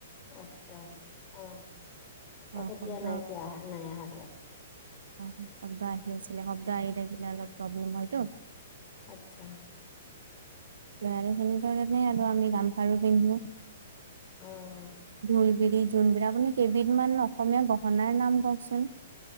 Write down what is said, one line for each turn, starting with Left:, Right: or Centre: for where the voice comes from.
Left: আচ্ছা, অ' কওঁক
Right: অ
Left: এতিয়া
Right: শব্দ
Left: নাই কি অহা নাই অহা দিয়ক।
Right: অ' শব্দ আহি আছিলে, শব্দ আহি থাকিলে অলপ প্ৰব্লেম হয়তো।
Left: আচ্ছা
Right: ডাইৰেক্ট সেনেকে আৰু আমি গামখাৰু পিন্ধো।
Left: অহ'
Right: ঢোলবিৰি, জোনবিৰি আপুনি কেইবিধমান অসমীয়া গহনাৰ নাম কওঁকচোন?